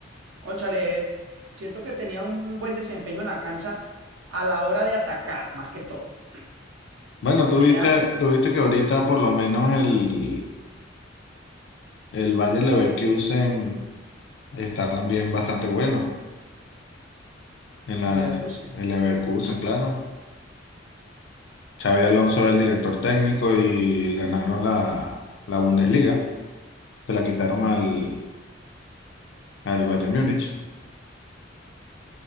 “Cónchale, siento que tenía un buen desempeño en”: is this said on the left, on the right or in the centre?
Right